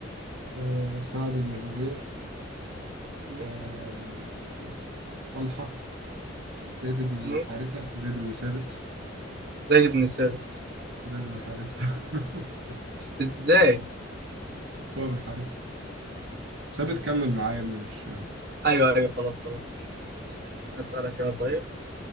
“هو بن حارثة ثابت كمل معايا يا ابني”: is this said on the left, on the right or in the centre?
Right